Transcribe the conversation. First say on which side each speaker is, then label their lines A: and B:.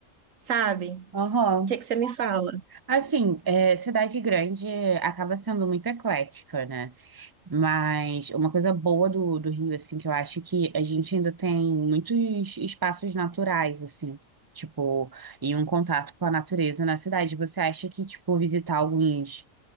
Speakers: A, on the right (about 75°); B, on the right (about 20°).
A: sabe? O
B: Aham.
A: que que você me fala?
B: Assim, é, cidade grande acaba sendo muito eclética, né? Mas uma coisa boa do, do Rio, assim, que eu acho que a gente ainda tem muitos espaços naturais, assim. Tipo, e um contato com a natureza na cidade. Você acha que, tipo, visitar alguns